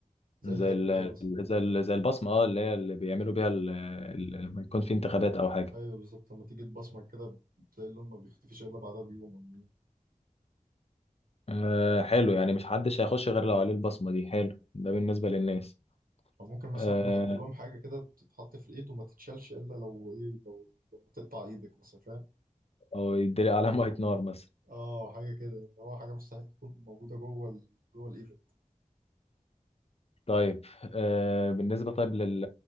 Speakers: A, on the right; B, on the left.
A: زي
B: زي
A: الحبر
B: ال
A: كده مثلا
B: زي ال زي البصمة اه اللي هي اللي بيعملوا بيها ال- ال- لما يكون في انتخابات أو حاجة
A: ايوه بالظبط لما تيجي تبصمج كده بتلاقي اللون ما بيختفيش الا بعدها بيوم او يومين.
B: آه حلو يعني مش حدش هيخش غير لو عليه البصمة دي حلو ده بالنسبة للناس
A: أو ممكن مثلا
B: آه،
A: نحط لهم حاجه كده بتتحط في الايد وما تتشالش الا لو ايه لو لما تقطع ايدك مثلا فاهم
B: او يدري علامة نار مثلا
A: اه حاجه كده ان هو حاجه مستحيل تكون موجوده جوه ال... جوه الايد
B: طيب آه بالنسبة طيب لل...